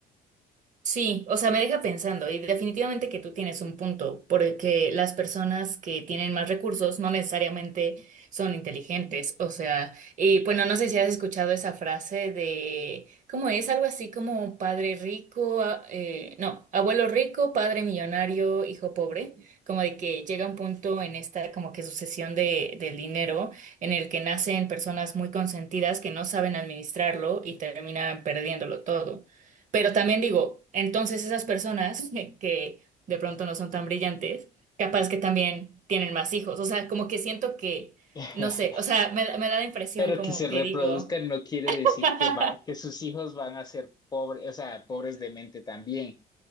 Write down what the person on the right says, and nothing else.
Sí, o sea, me deja pensando y definitivamente que tú tienes un punto, porque las personas que tienen más recursos no necesariamente son inteligentes, o sea, y bueno, no sé si has escuchado esa frase de, ¿cómo es? Algo así como padre rico, a- eh, no, abuelo rico, padre millonario, hijo pobre, como de que llega un punto en esta como que sucesión de, del dinero en el que nacen personas muy consentidas que no saben administrarlo y terminan perdiéndolo todo. Pero también digo, entonces esas personas <laughs> que de pronto no son tan brillantes, capaz que también tienen más hijos. O sea, como que siento que,
no sé, o sea, me, da- me da la impresión
como
que
digo,
<laughs>